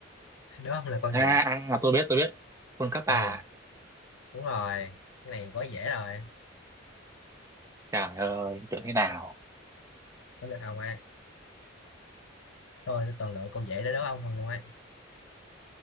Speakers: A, on the left; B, on the right.
A: đúng không là con
B: à,
A: gì
B: à à, tôi biết tôi biết Quân cấp
A: con
B: Kappa
A: gì đúng rồi cái này quá dễ rồi
B: trời ơi tưởng thế nào
A: có lượt ông ai tôi toàn lựa con dễ để đúng ông không luôn ấy